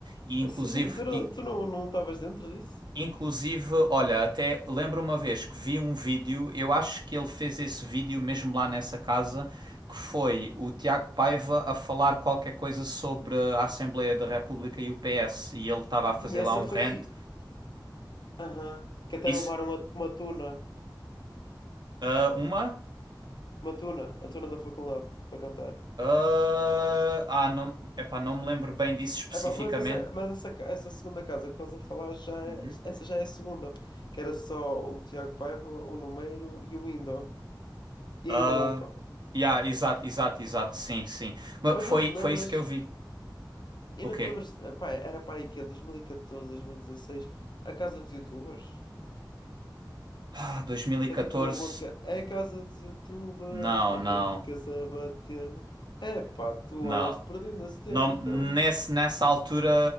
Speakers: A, on the right; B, on the left.
A: E inclusive.
B: Assim, <laughs> tu não, tu não, não estavas dentro disso?
A: Inclusive, olha, até lembro uma vez que vi um vídeo, eu acho que ele fez esse vídeo mesmo lá nessa casa, que foi o Tiago Paiva a falar qualquer coisa sobre a Assembleia da República e o PS, e ele estava a fazer
B: Sim, essa
A: lá um
B: foi.
A: rant.
B: Aham, que até
A: Isso,
B: levaram uma, uma tuna,
A: ah, uma?
B: uma tuna, a tuna da faculdade, para cantar.
A: Ah, ah, não, epá, não me lembro bem disso especificamente.
B: Epá, mas essa, mas essa, essa segunda casa que estás a falar, já é-
A: Uhum.
B: essa já é a segunda, que era só o Tiago Paiva, o Numeiro e o Indo, e
A: Ah,
B: a Imaúpa.
A: yeah, exato, exato, exato, sim, sim. Mas
B: Mas
A: foi,
B: não te lembras,
A: foi isso que eu vi.
B: e
A: O
B: não
A: quê?
B: te lembras, epá, era para aí que é, 2014, 2016 a casa dos youtubers?
A: Ah, 2014?
B: que até tinha uma música é Casa dos Youtubers,
A: Não,
B: até
A: não.
B: ficas a bater-me. É pá, tu
A: Não.
B: andaste perdendo nesse tempo,
A: Não,
B: então.
A: nesse, nessa altura,